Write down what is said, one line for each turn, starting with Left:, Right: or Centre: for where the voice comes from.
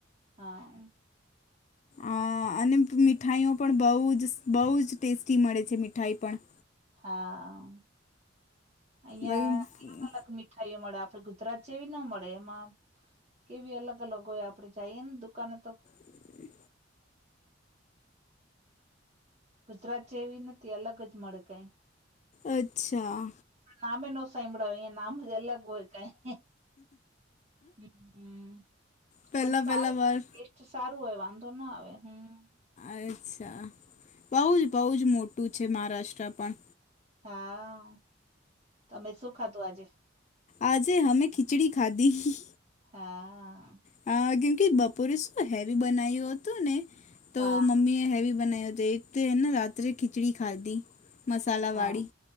Right: હા.
Left: આ અને મીઠાઈઓ પણ બહુ જ બહુ જ ટેસ્ટી મળે છે મીઠાઈ પણ
Right: હા, આઇયા
Left: ભાઈ
Right: અલગ અલગ મિટ ઠાઈયું મળે આપડે ગુજરાત જેવી નો મળે એમાં કેવી અલગ-અલગ હોય આપડે જઈએ ને દુકાને તો
Left: એ
Right: ગુજરાત જેવી નથી અલગ જ મળે કઈ
Left: અચ્છા.
Right: અમે નામે એ નો સાાઈબડા હોય આઇયા નામ જ અલગ હોય કોય હમ્મ,
Left: પહેલાં
Right: પણ સારું.
Left: પહેલાં વાર
Right: સારું હોય, વાંધો ના આવે, હમ્મ.
Left: અચ્છા, બહુજ બહુજ મોટું છે મહારાષ્ટ્ર પણ.
Right: હા, તમે શું ખાધું આજે?
Left: આજે હમે ખીચડી ખાધી.
Right: હા.
Left: હા, કયુકે બપોરે શું હેવી બનાવું હતું ને. તો
Right: હા
Left: મમ્મી એ હેવી બનાયો, તે એક તોને રાત્રે ખીચડી ખાધી, મસાલાવાળી...
Right: હા